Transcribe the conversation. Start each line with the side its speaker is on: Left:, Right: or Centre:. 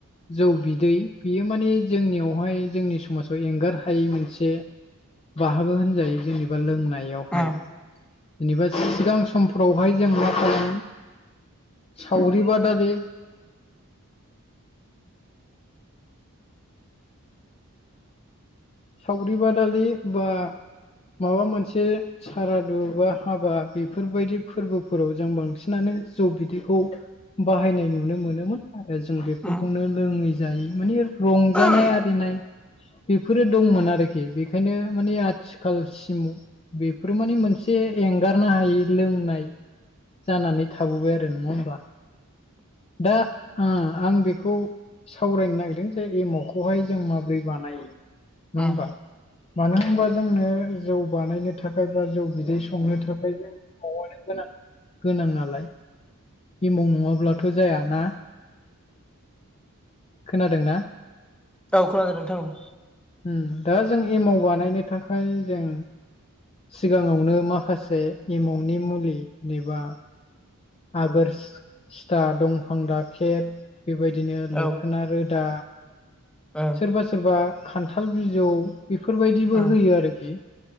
Left: जौ बिदै बियो माने जोंनियावहाय जोंनि समाजाव एंगार हायै मोनसे बाहागो होनजायो जेनेबा लोंनाय आवगाय
Centre: उम
Left: जेबा सिगां समफोरावहाय जों मा खालाम। सावरि बादालि सावरि बादालि बा माबा मोनसे सारादु बा हाबा बेफोरबायदि फोरबोफोराव जों बांसिनानो जौ बिदैखौ बाहायनाय नुनो मोनोमोन। आरो जों बेफोरखौनो
Centre: उम
Left: लोङै जायै माने रंजानाय
Centre: उम
Left: आरिनाय बे फोरो दंमोन आरोखि बेनिखायनो माने आथिखालसिम बेफोर माने मोनसे एंगार गारनो हायै लोंनाय जानानै थाबोबाय आरो नङा होमबा दा आं बेखौ सावरायनो नागिरदों जे एमावखौहाय जों माबोरै बानायो? नङा होमबा
Centre: उम
Left: मानो होनबा जोंनो जौ बानायनो थाखाय बा जौ बिदै संनो थाखाय जोंनो एमावनो गोनां गोनां नालाय एमाव नङाब्लाथ' जायाना खोनादोंना
Centre: औ खोनादों नोंथां
Left: उम दा जों एमाव बानायनो थाखाय जों सिगाङावनो माखासे एमावनि मुलि एबा आगोर सिथा दंफां दा राखेब बेबायदिनो
Centre: औ
Left: लोखोनारोदा
Centre: उम उम
Left: सोरबा सोरबा खान्थाल बिजौ बेफोरबायदिबो
Centre: उम
Left: होयो आरोखि